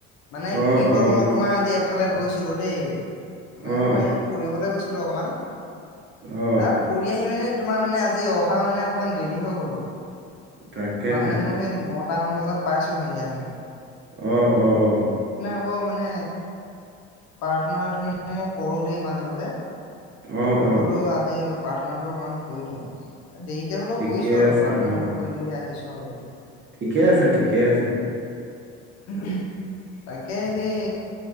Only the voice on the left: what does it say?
মানে
কি হ'ল
মই তোমাৰ আজি এফালে গৈছিলো দেই, মানে
তোমাৰ এই ফুৰিবলৈ গৈছিলো। অকমান
এ ফুৰি আহি মানে তোমাৰ মানে আজি অহা মানে অকণমান দেৰি হৈ গ'ল,
তোমাৰ মানে মই সেই। নটামান বজাত পাই আছোহি হে আহি।
ক মানে প্ৰাৰ্থনাটো মানে মই কৰো দেই মাজে মাজে
ত
বোলো আজি প্ৰাৰ্থনাটো অকমান কৈ দিওঁ দেৰিকে হ'লেও
কৰিছো আৰু
প্ৰাৰ্থনাটো
কৰি মেলি আহিছো আৰু এতিয়া।
<unintelligible> তাকে, সেই।